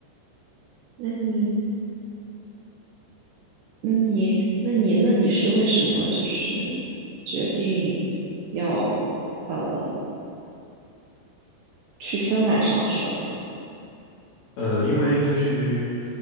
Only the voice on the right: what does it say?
那你，那你，那你，那你是为什么就是决定要呃去芬兰上学呢？